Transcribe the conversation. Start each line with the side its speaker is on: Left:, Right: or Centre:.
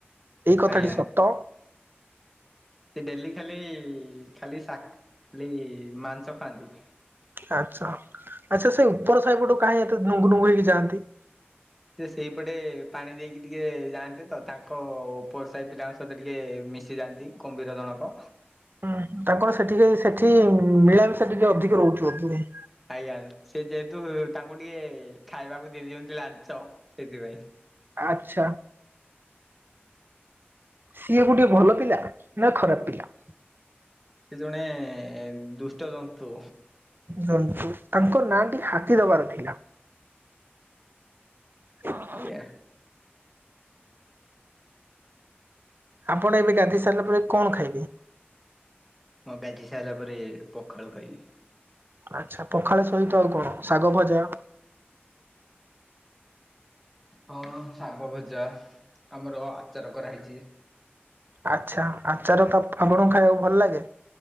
Right: ଏଇ କଥାଟି
Centre: ଆଜ୍ଞା।
Right: ସତ
Centre: ସେ ଡେଲି ଖାଲି ଖାଲି ଖାଲି ମାଂସ ଖାଆନ୍ତି।
Right: ଆଚ୍ଛା ଆଚ୍ଛା ସେ ଉପର ସାହିପଟୁ କାହିଁ ଏତେ ନୁଙ୍ଗୁନୁଙ୍ଗ ହେଇକି ଯାଆନ୍ତି।
Centre: ସେ ସେଇପଟେ ପାଣି ଦେଇକି ଟିକେ ଯାଆନ୍ତି ତ ତାଙ୍କ ଉପରସାହି ପିଲାଙ୍କ ସହିତ ଟିକେ ମିଶ କିି ଯାଆନ୍ତି କୁମ୍ଭୀର ଜଣକ।
Right: ହୁଁ ତାଙ୍କର ସେଠି କି ସେଠି ମିଳାମିଶା ଟିକେ ଅଧିକ ରହୁଥିବ।
Centre: ଆଜ୍ଞା ସେ ଯେହେତୁ ତାଙ୍କୁ ଟିକେ ଖାଇବାକୁ ଦେଇଦିଅନ୍ତି ଲାଞ୍ଚ ସେଥିପାଇଁ।
Right: ଆଚ୍ଛା। ସିଏ ଗୋଟେ ଭଲ ପିଲା ନା ଖରାପ ପିଲା?
Centre: ସେ ଜଣେ ଦୁଷ୍ଟ ଜନ୍ତୁ।
Right: ଜନ୍ତୁ ତାଙ୍କ ନାଁଟି ହାତୀ ଦବାର ଥିଲା। <unintelligible>
Centre: ଆଜ୍ଞା।
Right: ଆପଣ ଏବେ ଗାଧେଇ ସାରିଲା ପରେ କଣ ଖାଇବେ?
Centre: ମୁଁ ଗାଧେଇ ସାରିଲା ପରେ ପଖାଳ ଖାଇବି।
Right: ଆଚ୍ଛା ପଖାଳ ସହିତ ଆଉ କଣ ଶାଗ ଭଜା
Centre: ହଁ ଶାଗ ଭଜା ଆମର ଆଚାର କରାହେଇଛି।
Right: ଆଚ୍ଛା ଆଚାର ତ ଆପଣଙ୍କୁ ଖାଇବାକୁ ଭଲ ଲାଗେ।